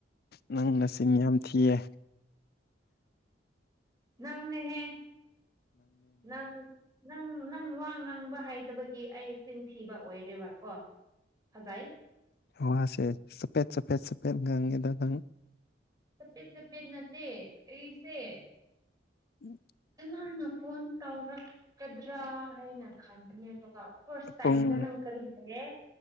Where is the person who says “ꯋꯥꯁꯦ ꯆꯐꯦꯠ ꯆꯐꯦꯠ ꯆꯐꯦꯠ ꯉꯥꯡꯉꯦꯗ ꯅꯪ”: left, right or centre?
Left